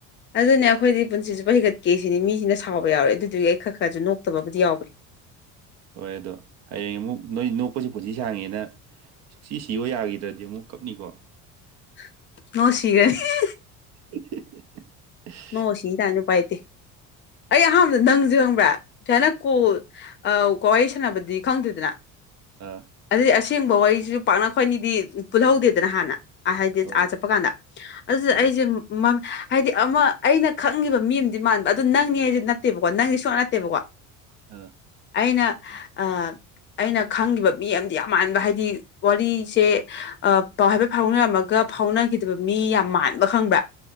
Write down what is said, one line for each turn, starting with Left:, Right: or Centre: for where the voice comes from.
Left: ꯑꯗꯨꯅꯦ ꯑꯩꯈꯣꯏꯗꯤ ꯄꯨꯟꯁꯤꯁꯨ ꯄꯩꯒꯠꯀꯦ ꯁꯤꯅꯤ ꯃꯤꯁꯤꯅ ꯁꯥꯎꯕ ꯌꯥꯎꯔꯦ ꯑꯗꯨꯗꯨꯒꯤ ꯑꯩ ꯈꯔ ꯈꯔꯁꯨ ꯅꯣꯛꯇꯕꯕꯨꯗꯤ ꯌꯥꯎꯕ꯭ꯔꯔꯤ
Right: ꯍꯣꯏ ꯑꯗꯣ ꯍꯌꯦꯡ ꯑꯃꯨꯛ ꯅꯣꯏ ꯅꯣꯛꯄꯁꯤ ꯄꯨꯟꯁꯤ ꯁꯥꯡꯉꯦꯅ ꯁꯤ ꯁꯤꯌꯣ ꯌꯥꯈꯤꯗ꯭ꯔꯗꯤ ꯑꯃꯨꯛ ꯀꯞꯅꯤꯀꯣ
Left: <unintelligible>
Right: <inaudible>
Left: ꯅꯣꯡ ꯁꯤ ꯇꯥꯏ ꯎꯄꯥꯏ ꯂꯩꯇꯦ ꯑꯩ ꯑꯍꯥꯟꯕꯗ ꯅꯪꯁꯨ ꯈꯪꯕ꯭ꯔꯥ ꯁꯥꯏꯅ ꯀꯣꯜ ꯑ ꯋꯥꯔꯤꯋꯥꯏ ꯁꯥꯟꯅꯕꯗꯤ ꯈꯪꯗꯦꯗꯅ
Right: ꯑꯥ
Left: ꯑꯗꯨꯗꯤ ꯑꯁꯦꯡꯕ ꯋꯥꯔꯤꯁꯤꯁꯨ ꯄꯥꯛꯅ ꯈ꯭ꯋꯥꯏꯅꯤꯗꯤ ꯄꯨꯜꯍꯧꯗꯦꯗꯅ ꯍꯥꯟꯅ ꯑ ꯍꯥꯏꯗꯤ
Right: ꯍꯣꯏ
Left: ꯑꯥ ꯆꯠꯄ ꯀꯥꯟꯗ ꯑꯗꯨꯗ
Right: ꯑꯧ
Left: ꯑꯩꯁꯦ ꯍꯥꯏꯗꯤ ꯑꯃ ꯑꯩꯅ ꯈꯪꯉꯤꯕ ꯃꯤ ꯑꯃꯗꯤ ꯃꯥꯟꯕ ꯑꯗꯨ ꯅꯪꯅꯤ ꯍꯥꯏꯁꯦ ꯅꯠꯇꯦꯕꯀꯣ ꯅꯪꯗꯤ ꯁꯨꯛ ꯅꯠꯇꯦꯕꯀꯣ
Right: ꯑ
Left: ꯑꯩꯅ ꯑ ꯑꯩꯅ ꯈꯪꯕ ꯃꯤ ꯑꯃꯗꯤ ꯌꯥꯝ ꯃꯥꯟꯕ ꯍꯥꯏꯗꯤ ꯋꯥꯔꯤꯁꯦ ꯑ ꯄꯥꯎ ꯍꯥꯏꯐꯦꯠ ꯐꯥꯎꯅꯔꯝꯃꯒ ꯐꯥꯎꯅꯈꯤꯗꯕ ꯃꯤ ꯌꯥꯝ ꯃꯥꯟꯕ ꯈꯪꯕ꯭ꯔꯥ